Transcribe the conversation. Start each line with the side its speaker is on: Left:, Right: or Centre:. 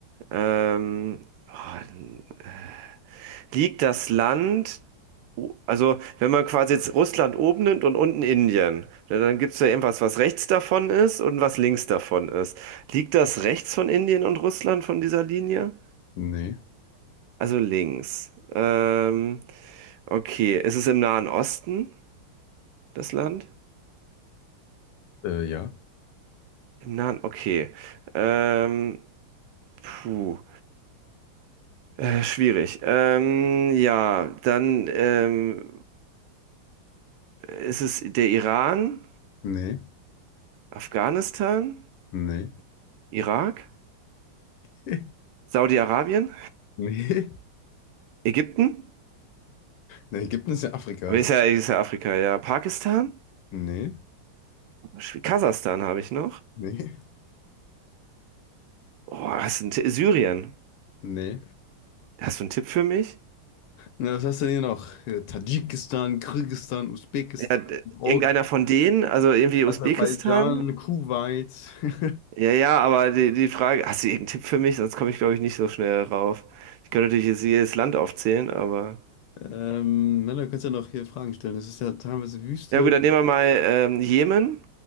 Right: Ähm, oh, liegt das Land, o- also wenn man quasi jetzt Russland oben nimmt und unten Indien, ne, dann gibt es ja irgendwas, was rechts davon ist und was links davon ist. Liegt das rechts von Indien und Russland von dieser Linie?
Left: Nee.
Right: Also links. Ähm, okay, ist es im Nahen Osten, das Land?
Left: Äh, ja.
Right: Im Nahen, okay. Ähm, puh. Äh, schwierig. Ähm, ja, dann ähm, ist es der Iran,
Left: Nee.
Right: Afghanistan,
Left: Nee.
Right: Irak,
Left: <laughs>
Right: Saudi-Arabien,
Left: Nee.
Right: Ägypten,
Left: Nee, Ägypten ist ja Afrika.
Right: aber ist ja, ist ja Afrika, ja, Pakistan,
Left: Nee.
Right: Schw- Kasachstan habe ich noch.
Left: Nee.
Right: Oh, hast du einen Ti- Syrien?
Left: Nee.
Right: Hast du einen Tipp für mich?
Left: Na, was hast du denn hier noch? Äh, Tadschikistan, Kirgisistan, Usbekistan,
Right: Ja, d-
Left: Org-
Right: irgendeiner von denen, also irgendwie
Left: Aserbaidschan,
Right: Usbekistan?
Left: Kuwait. <laughs>
Right: Ja, ja, aber die, die Frage, hast du irgendeinen Tipp für mich? Sonst komme ich, glaube ich, nicht so schnell rauf. Ich könnte natürlich jetzt jedes Land aufzählen, aber.
Left: Ähm, na, dann kannst du ja noch hier Fragen stellen. Das ist ja teilweise Wüste.
Right: Ja gut, dann nehmen wir mal ähm, Jemen,